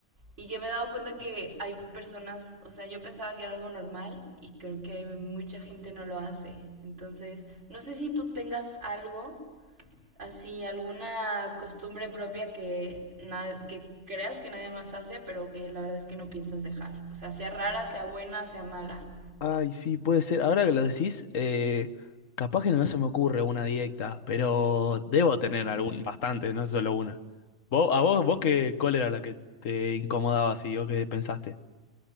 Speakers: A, on the right; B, on the left.
A: y que me he dado cuenta que hay personas, o sea, yo pensaba que era algo normal y creo que hay mucha gente no lo hace. Entonces, no sé si tú tengas algo así alguna costumbre propia que, na- que creas que nadie más hace, pero que la verdad es que no piensas dejar. O sea, sea rara, sea buena, sea mala.
B: Ay, sí, puede ser. Ahora que lo decís, eh, capaz que no se me ocurre una directa, pero debo tener algún, bastante, no solo una. ¿Vos, a vos, vos
A: Ujú.
B: qué, cuál era la que te incomodaba así o qué pensaste?